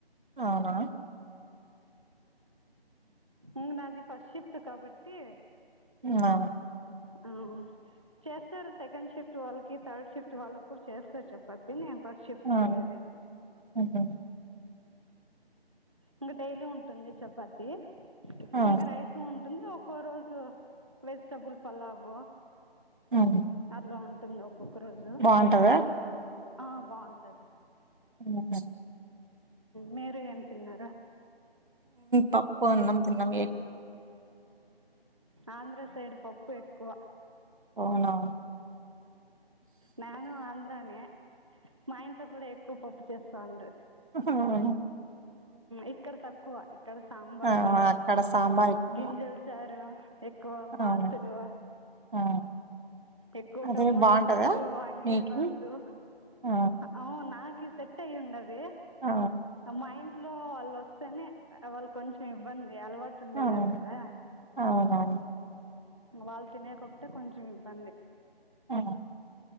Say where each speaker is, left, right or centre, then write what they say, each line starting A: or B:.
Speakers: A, on the right; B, on the right.
A: అవున
B: ఉమ్ నాది ఫస్ట్ షిఫ్ట్ కాబట్టి
A: ఆ
B: అ చేస్తారు సెకండ్ షిఫ్ట్ వాళ్ళకి థర్డ్ షిఫ్ట్ వాళ్ళకి కూడా చేస్తారు చపాతి ఫస్ట్ షిఫ్ట్
A: ఆ
B: పోయేది
A: ఉహు,
B: ఇంకా డైలీ ఉంటుంది చపాతి
A: ఆ
B: ఇంకా రైస్ ఉంటుంది ఒక్కో రోజు వెజిటబుల్ పలావు
A: ఉమ్.
B: అలా ఉంటుంది ఒక్కొక్క రోజు
A: బాగుంటదా
B: ఆ బాగుంటది
A: ఆ
B: మీరు ఏం తిన్నారా
A: పప్పు అన్నం తిన్నమే ఏ
B: ఆంధ్ర సైడ్ పప్పు ఎక్కువ
A: అవునా
B: న్యాను ఆంధ్రనే మా ఇంట్లో కూడా ఎక్కువ పప్పు చేస్తాండి
A: అహా
B: ఇక్కడ తక్కువ ఇక్కడ సాంబారు
A: ఆ, అక్కడ సాంబార్ ఎక్కువ
B: గింజల చారు ఎక్కువ బాతులు
A: అవును ఆ
B: ఎక్కువ
A: అదే
B: టమోటో
A: బావుంటదా?
B: భతు వంగి
A: మీకు
B: భతు
A: ఆ!
B: అవు నాకు సెట్ అయ్య ఉండది
A: ఆ
B: మా ఇంట్లో వాళ్ళు వస్తేనే వాళ్ళు కొంచెం ఇబ్బంది అలవాటు ఉండిలే
A: అవును.
B: కదా
A: అవునవును.
B: వాళ్ళు తినేకే కొంచెం ఇబ్బంది
A: ఆ